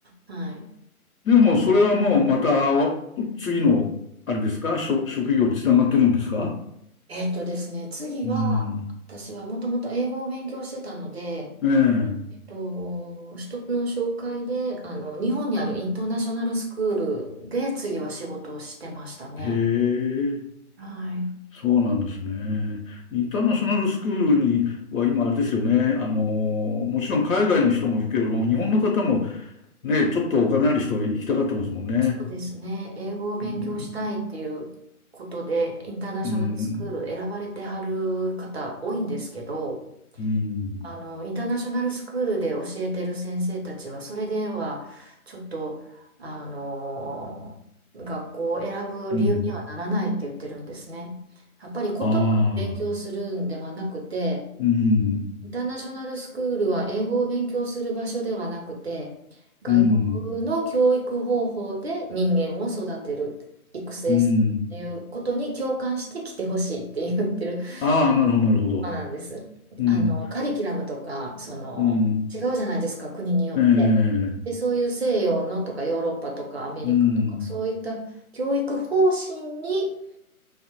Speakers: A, on the right (about 45°); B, on the left (about 65°).
A: はい。
B: でもそれはもうまた次の、あれですか、職職業につながってるんですか
A: えっとですね、次は、
B: うん。
A: 私はもともと英語を勉強してたので、
B: ええ、
A: えっと、人の紹介で、あの、日本にあるインターナショナルスクールで次は仕事をしてましたね。
B: へえ、
A: はい。
B: そうなんですね。インターナショナルスクールには今あれですよね。あの、もちろん海外の人も行くけれども、日本の方もね、ちょっとお金ある人は行きたがってますもんね。
A: そうですね、英語を勉強したいっていうことで、
B: うん、
A: インターナショナルスクール選ばれてはる方多いんですけど、
B: うん、うん、
A: あの、インターナショナルスクールで教えてる先生たちは、それでは、ちょっと、あの、学校を選ぶ理由にはならないって言ってるんですね。
B: うん。
A: やっぱり言葉を勉強するんではなくて、
B: ああ、うん、
A: インターナショナルスクールは英語を勉強する場所ではなくて、外国の教育方法で人間を育てる、
B: うん、
A: 育成するっていうことに共感して来てほしいって言ってる。
B: うん。ああ、なるほど、なるほど。
A: そうなんです。
B: うん、
A: あの、カリキュラムとか、その、
B: うん、
A: 違うじゃないですか、国によって。
B: ええ、
A: で、そういう西洋のとか、ヨーロッパとか、アメリカとか、
B: うん、
A: そういった教育方針に、